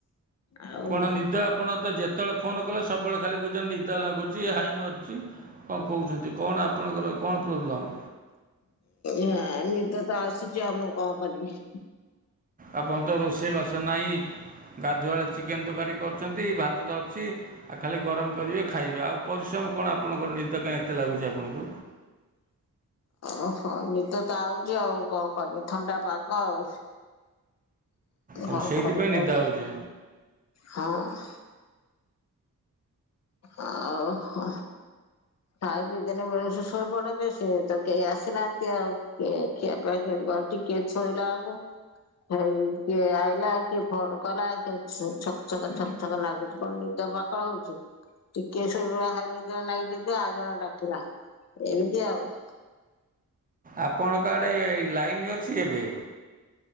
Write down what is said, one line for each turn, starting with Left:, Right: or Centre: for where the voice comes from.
Left: ଆଉ
Right: କଣ ନିଦ? ଆପଣ ତ ଯେତେବେଳେ ଫୋନ୍ କଲେ ସବୁବେଳେ ଖାଲି କହୁଛନ୍ତି, ନିଦ ଲାଗୁଛି, ହାଇ ମାରୁଛି। କଣ କହୁଛନ୍ତି? କଣ ଆପଣଙ୍କର କଣ ପ୍ରୋବ୍ଲେମ୍?
Left: ଉ ଆଁ ନିଦ ତ ଆସୁଛି ଆଉ, ମୁଁ କଣ କରିବି?
Right: ଆପଣ ତ ରୋଷେଇବାସ ନାହିଁ। ଗାଧୁଆଳେ ଚିକେନ ତରକାରୀ କରୁଛନ୍ତି, ଭାତ ତ ଅଛି, ଆଉ ଖାଲି ଗରମ କରିବେ, ଖାଇବେ, ଆଉ ପରିଶ୍ରମ କଣ ଆପଣଙ୍କର ନିଦ କାଇଁ ଏତେ ଲାଗୁଚି ଆପଣକୁ?
Left: ଓହୋ, ନିିଦ ତ ଆଉଛି ଆଉ କଣ କରିବୁ? ଥଣ୍ଡା ପାଗ ଆଉ।
Right: ଓ
Left: ହଁ
Right: ସେଇଥିପାଇଁ
Left: କରିବାଉ
Right: ନିଦ ହେଉଛି
Left: ହଁ। ଆ ଓହୋ। ଖାଇ ପିଇଦେଲେ ମଣିଷ ଶୋଇପଡେ ଯେ, ସେ ତ କେହି ଆସିନାହାନ୍ତି ଆଉ କିଏ ଖିଆ ପିଆ <unintelligible> ଟିକେ ଛୋଇଲା ଆଳକୁ ହେଇ କିଏ ଆଇଲା, କିଏ ଫୋନ କଲା, କି ଛକ ଛକ ଛକ ଛକ ନାଗୁଛି, କଣ ନି ପାଖଳ ହଉଚି, ଟିକେ ସେଇଭଳିଆ ହାଇନିଦ ଲାଗିଥିବ ଆଉ ଜଣେ ଡାକିଲା ଏମିତି ଆଉ।
Right: ଆପଣଙ୍କ ଆଡ଼େ ଲାଇନ୍ ଅଛି ଏବେ?